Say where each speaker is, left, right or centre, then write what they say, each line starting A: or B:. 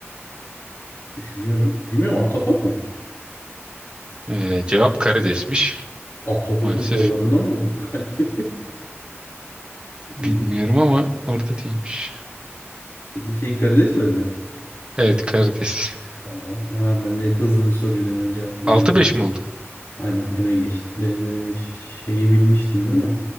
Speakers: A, on the left; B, on the right.
A: Düşünüyorum. Bilmiyorum ahtapot mu?
B: Ee, cevap karidesmiş.
A: Ahtapotun
B: Maalesef
A: kollarında mı <laughs> kalbi? İlginç.
B: bilmiyorum ama orada değilmiş.
A: Şey karides mi dedin cevap?
B: Evet karides.
A: Tamam. Hemen ben de hızlı bir soruyla hemen cevaplayacağım.
B: Altı beş mi oldu?
A: Aynen öne geçti. Ee, şeyi bilmiştin değil mi?